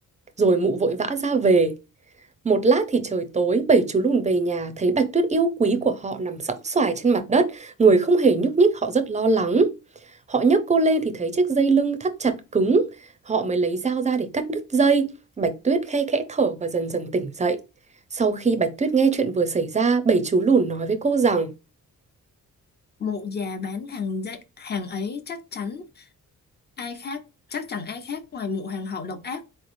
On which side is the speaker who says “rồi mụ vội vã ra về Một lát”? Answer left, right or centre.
Right